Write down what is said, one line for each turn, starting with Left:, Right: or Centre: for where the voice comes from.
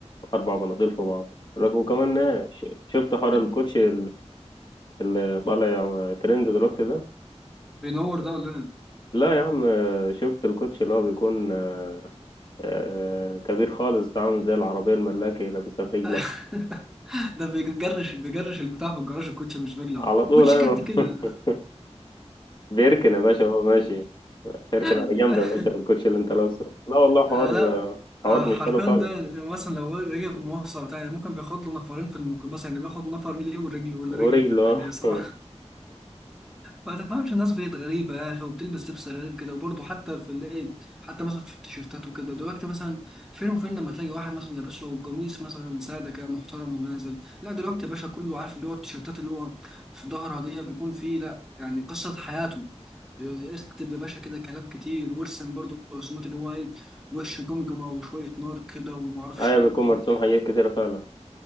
Left: اربع بناطيل في بعض لك- وكمان إيه، ش- شفت حوار
Centre: <laughs>
Left: الكوتشي اللي طالع ترند دلوقتي ده
Centre: بينور ده ولا
Left: لا يا عم آه، شفت الكوتش اللي هو بيكون آه، كبير خالص عامل زي العربية الملاكي لابسها في رجلك
Centre: ايه <laughs> ده بيجرش بيجرش البتاع في الجراج الكوتش مش بيجلعه
Left: على طول
Centre: كوتش
Left: أيوة
Centre: كات كده
Left: <laughs> بيركن يا باشا وهو ماشي اركن
Centre: <laughs>
Left: على جنب يا باشا بالكوتش اللي انت لابسه لا والله حوار
Centre: آه لا
Left: آه، حوار
Centre: آه حرفيا
Left: مش حلو خالص
Centre: ده مثلا لو رجع بمواصلة بتاع يعني ممكن بياخد له نفرين في الميكروباص يعني بياخد نفر ليه ورجل والرجل
Left: ورجله
Centre: يعني
Left: <laughs>
Centre: صباح
Left: آه.
Centre: ما تفهمش الناس بقت غريبة يا أخي وبتلبس لبس غريب كده وبرضه حتى في الإيه حتى مثلا في التيشيرتات وكده دلوقتي مثلا فين وفين لما تلاقي واحد مثلا لابس له قميص مثلا سادة كده محترم ونازل لا دلوقتي يا باشا كله عارف اللي هو التيشيرتات اللي هو في ظهرها دي بيكون فيه لا يعني قصة حياته إيه، اكتب يا باشا كده كلام كتير وارسم برضه رسومات اللي هو إيه وش جمجمة وشوية نار كده ومعرفش
Left: ايوه
Centre: إيه
Left: بيكون مرسوم حاجات كتيرة فعلا